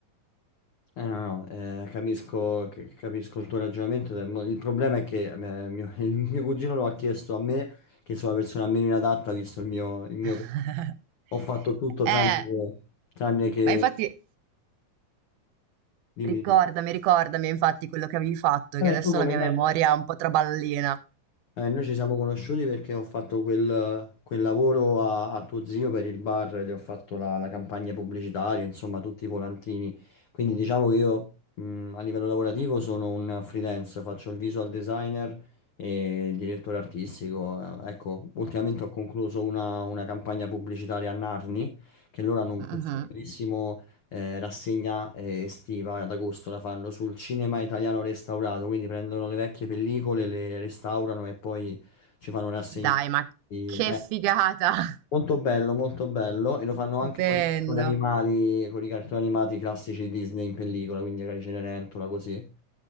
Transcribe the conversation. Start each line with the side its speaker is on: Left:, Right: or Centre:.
Left: Eh, no, no, eh, capisco, c- capisco il tuo ragionamento. ed è mo- Il problema è che eh, mio- <laughs> il mio cugino lo ha chiesto a me, che sono la persona meno inadatta, visto il mio, il mio...
Right: <laughs>
Left: Ho fatto tutto
Right: Eh,
Left: tranne che... Tranne che...
Right: ma infatti
Left: Dimmi,
Right: ricordami,
Left: dimmi.
Right: ricordami infatti quello che avevi fatto,
Left: Vabbè,
Right: che adesso
Left: tu come
Right: la mia
Left: sai.
Right: memoria è un po' traballina.
Left: Eh, noi ci siamo conosciuti perché ho fatto quel, quel lavoro a, a tuo zio per il bar, gli ho fatto la, la campagna pubblicitaria, insomma, tutti i volantini. Quindi diciamo che io mh, a livello lavorativo sono un freelance, faccio il visual designer e il direttore artistico. Eh, Ecco, ultimamente ho concluso una, una campagna pubblicitaria a Narni, che loro hanno un-
Right: Mh-mh.
Left: questo bellissimo eh, rassegna eh, estiva ad agosto la fanno sul cinema italiano restaurato, quindi prendono le vecchie pellicole, le restaurano e poi ci fanno rassegna.
Right: Dai, ma
Left: Eh,
Right: che figata!
Left: molto
Right: <laughs>
Left: bello, molto bello e lo fanno
Right: Stupendo.
Left: anche con i cartoni animali, con i cartoni animati classici Disney in pellicola, quindi magari Cenerentola così.